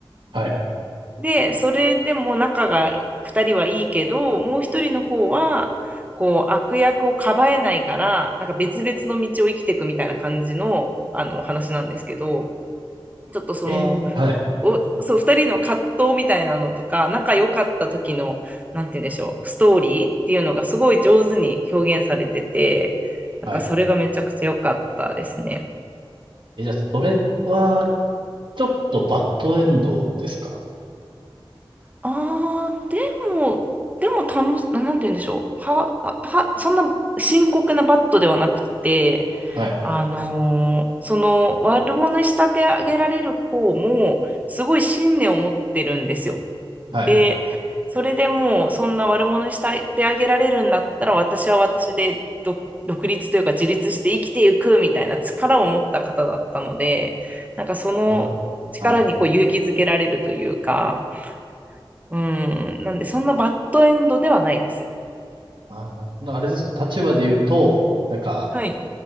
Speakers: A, on the right; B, on the right.
A: はい。
B: で、それでも仲が2人はいいけど、もう1人の方は、こう、悪役をかばえないから、なんか別々の道を生きていくみたいな感じの、あの、お話なんですけど、ちょっとその、
A: ええ、はい。
B: お、そう、2人の葛藤みたいなのとか、仲良かった時の、なんて言うんでしょう、ストーリーっていうのがすごい上手に表現されてて、なんかそれがめちゃくちゃ良かったですね。
A: はい。え、じゃあそれはちょっとバッドエンドですか
B: ああ、でも、でも楽し、なんて言うんでしょう。は、は、はそんな深刻なバットではなくて、
A: はい。
B: あのーその悪者に仕立て上げられる方も、すごい信念を持ってるんですよ。
A: はい。
B: で、それでもう、そんな悪者に仕立て上げられるんだったら、私は私で独独立というか自立して生きていくみたいな力を持った方だったので、なんかその力にこう勇気づけられるというか、
A: ああ、はい。
B: うん。なんで、そんなバッドエンドではないです。
A: ああ、なるほど。あれですか、立場で言うと、なんか、
B: はい。